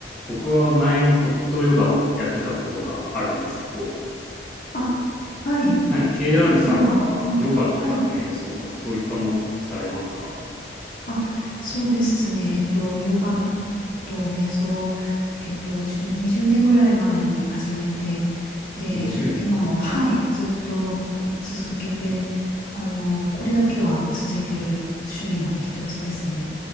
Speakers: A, in the centre; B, on the left.
A: 僕は前にホットヨガをやってたことがあるんですけど、
B: あ、はい。
A: はい、KR
B: ホットヨガ。
A: さんはヨガとか瞑想とかそういったものってされますか
B: うん。はい。あ、そうですね。えっと、ヨガと瞑想、えっと、じゅ20年ぐらい前に始めて、で、
A: ?20 年。
B: 今も、はい、ずっと続けて、あの、これだけは続いてる趣味の一つですね。